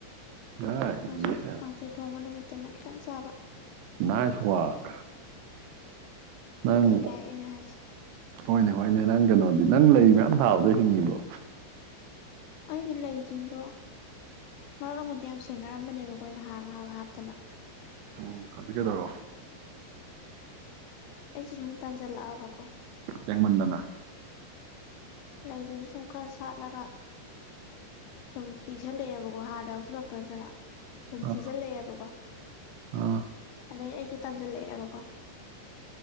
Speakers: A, on the right; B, on the left.
A: ꯌꯥꯏ
B: ꯀꯥꯡ
A: ꯌꯦꯁ
B: ꯀꯥꯡꯁꯣꯏ ꯊꯣꯡꯕ ꯅꯨꯃꯤꯠꯇꯅ ꯈꯤꯇꯪ ꯆꯥꯕ
A: ꯅꯥꯏꯁ ꯋꯥꯛ ꯅꯪ
B: ꯀꯩ ꯀꯥꯏ ꯑꯩꯅ ꯍꯥꯏꯁꯦ
A: ꯍꯣꯏꯅꯦ ꯍꯣꯏꯅꯦ ꯅꯪ ꯀꯩꯅꯣꯗꯤ ꯅꯪ ꯂꯩ ꯃꯌꯥꯝ ꯊꯥꯕꯗꯣ ꯍꯤꯡꯉꯤꯕꯣ
B: ꯑꯩꯒꯤ ꯂꯩꯁꯤꯡꯗꯣ ꯃꯔꯛ ꯑꯃꯗꯤ ꯌꯥꯝ ꯁꯦꯟꯅꯔꯝꯕꯅꯦꯕ ꯀꯣ ꯑꯩꯅ ꯍꯥ ꯍꯥꯞꯍꯥꯞꯇꯅ
A: ꯑꯣ ꯍꯧꯖꯤꯛ ꯀꯩꯗꯧꯔꯕ
B: ꯑꯩꯁꯦ ꯁꯨꯝ ꯇꯟꯖꯤꯜꯂꯛꯑꯕꯀꯣ
A: ꯁꯦꯡꯃꯟꯗꯅ
B: ꯂꯩꯗꯨꯁꯨ ꯁꯨꯝ ꯈꯥꯔ ꯁꯥꯠꯂꯒ ꯁꯨꯝ ꯄꯤꯛꯁꯤꯜꯂꯛꯑꯦꯕꯀꯣ ꯍꯥꯔꯗꯣ ꯌꯥꯎꯁꯤꯜ ꯇꯗꯅ ꯑꯗꯨꯝ
A: ꯑ
B: ꯊꯤꯖꯤꯜꯂꯛꯑꯦꯕꯀꯣ
A: ꯑꯥ
B: ꯑꯗꯩ ꯑꯩ ꯁꯨ ꯇꯟꯖꯜꯂꯛ ꯑꯦꯕꯀꯣ